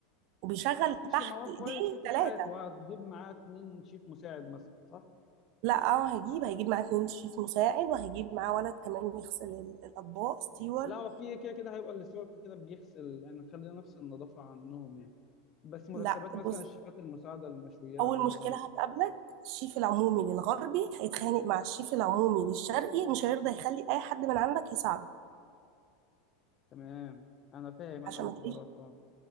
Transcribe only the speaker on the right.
وبيشغل
تحت
ايديه
ثلاثة
لا اه هيجيب هيجيب معاه اتنين شيف مساعد وهيجيب معاه ولد كمان يغسل ال- الأطباق ستيوارد
لا
بص
اول
مشكله
هتقابلك الشيف العمومي للغربي هيتخانق مع الشيف العمومي للشرقي مش هيرضى يخلي اي حد من عندك يساعده
عشان
ما تلاقيش